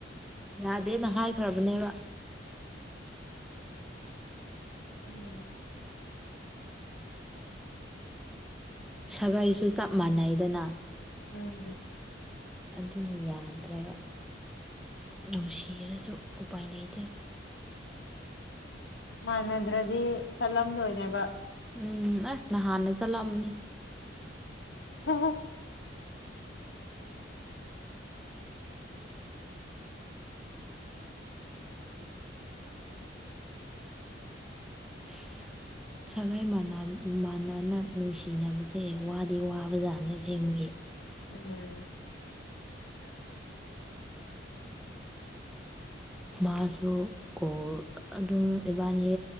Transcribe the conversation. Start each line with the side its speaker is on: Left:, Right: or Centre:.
Centre: ꯌꯥꯗꯦꯅ ꯍꯥꯏꯈ꯭ꯔꯕꯅꯦꯕ
Left: ꯎꯝ
Centre: ꯁꯥꯒꯩꯁꯨ ꯆꯞ ꯃꯥꯟꯅꯩꯗꯅ
Left: ꯎꯝ
Centre: ꯑꯗꯨ ꯌꯥꯗ꯭ꯔꯦꯕ ꯅꯨꯡꯁꯤꯔꯁꯨ ꯎꯄꯥꯏ ꯂꯩꯇꯦ ꯇꯦ
Left: ꯃꯥꯟꯅꯗ꯭ꯔꯗꯤ ꯆꯠꯂꯝꯂꯣꯏꯅꯦꯕ
Centre: ꯎꯝ ꯑꯁ ꯅꯍꯥꯟꯅ ꯆꯠꯂꯝꯅꯤ
Left: ꯑꯍ
Centre: <inaudible> ꯁꯥꯒꯩ ꯃꯥꯟꯅ ꯃꯥꯟꯅꯅ ꯅꯨꯡꯁꯤꯅꯕꯁꯦ ꯋꯥꯗꯤ ꯋꯥꯕ ꯖꯥꯠꯅꯦ ꯑꯁꯦꯡꯕꯒꯤ
Left: ꯎꯝ <inaudible>
Centre: ꯃꯥꯁꯨ ꯀꯣꯜ ꯑꯗꯨꯝ ꯏꯕꯅꯤ